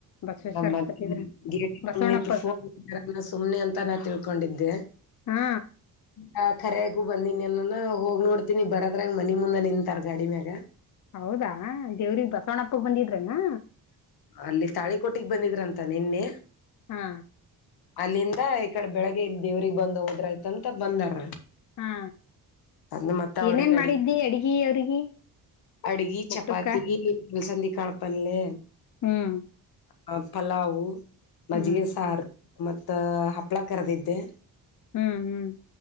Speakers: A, on the left; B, on the left.
A: ಬಸವೇಶ್ವರ್
B: ನಮ್ಮ
A: ಬತ್ತಿದ್ರ
B: <unintelligible>
A: ಬಸವಣ್ಣಪ್ಪ
B: ಫೋನ್ ಗುರು ಸುಮ್ನೆ ಅಂತ ನಾ ತಿಳ್ಕೊಂಡಿದ್ದೆ.
A: ಹಾ
B: ಹ ಕರೆಗೂ ಬಂದೀನಿ ಎಲ್ಲಾ ಹೋಗಿ ನೋಡ್ತೀನಿ ಬರದ್ರಾಗ ಮನಿ ಮುಂದೆ ನಿಂತಾರ ಗಾಡಿ ಮ್ಯಾಗ.
A: ಹೌದಾ ದೇವ್ರಿಗ್ ಬಸವಣಪ್ಪಗ್ ಬಂದಿದ್ರನಾ.
B: ಅಲ್ಲಿ ತಾಳಿಕೋಟಿಗ್ ಬಂದಿದ್ರಂತ ನಿನ್ನೆ.
A: ಹಾ
B: ಅಲ್ಲಿಂದ ಈ ಕಡೆ ಬೆಳಗ್ಗೆ ಇಲ್ಲಿ ದೇವ್ರಗ್ ಬಂದ್ ಹೋದ್ರಾಯತಂತ ಬಂದಾರ.
A: ಹಾ
B: ಅಂದ್ ಮತ್ತ
A: ಏನೇನ್
B: ಅವ್ರಿಗೆ ಅಡ್ಗಿ
A: ಮಾಡಿದ್ದಿ ಅಡ್ಗ ಅವ್ರಿಗಿ.
B: ಅಡ್ಗಿ ಚಪಾತಿ
A: ಊಟಕ್ಕ
B: <unintelligible> ಅಲ್ಸಂದಿ ಕಾಳಪಲ್ಲೆ
A: ಹ್ಮ್
B: ಅ ಪಲಾವು ಮಜ್ಗೆ
A: ಹ್ಮ್
B: ಸಾರ್ ಮತ್ತ ಹಪ್ಳ ಕರೆದಿದ್ದೆ.
A: ಹ್ಮ್ ಹ್ಮ್